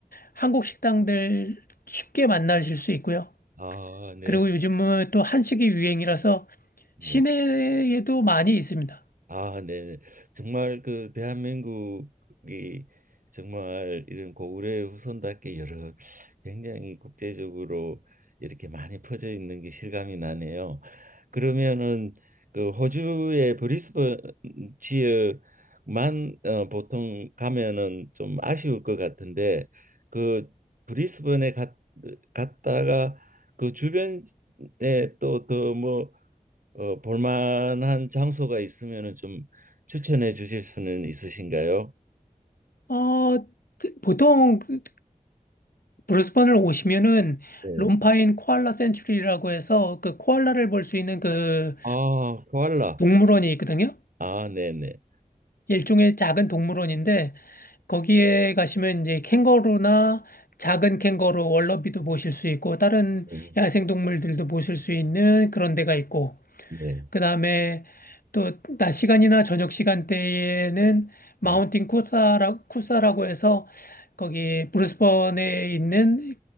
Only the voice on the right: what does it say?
아, 네,
네.
아, 네. 정말 그 대한민국이 정말 이런 고구려의 후손답게 여러 굉장히 국제적으로 이렇게 많이 퍼져 있는 게 실감이 나네요. 그러면은 그 호주의 브리스번 지역만 어, 보통 가면은 좀 아쉬울 것 같은데 그 브리스번에 갔, 갔다가 그 주변에 또더뭐 어, 볼만한 장소가 있으면은 좀 추천해 주실 수는 있으신가요?
네.
아, 코알라.
아, 네네.
네,
네,
네,